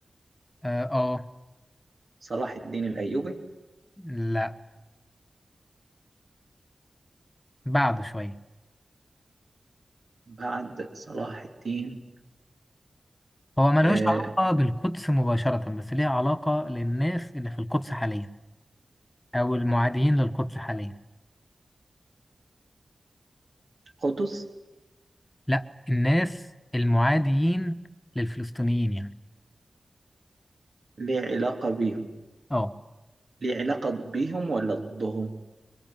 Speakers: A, on the left; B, on the right.
A: اه آه،
B: صلاح الدين الأيوبي
A: لا بعد شويه
B: بعد صلاح الدين
A: هو ملوش
B: آه،
A: علاقة بالقدس مباشرة بس ليها علاقة للناس اللي في القدس حاليا أو المعاديين للقدس حاليا
B: قطز
A: لا الناس المعاديين للفلسطينيين يعني
B: ليه علاقة بيهم
A: اه
B: ليه علاقة بيهم ولا ضدهم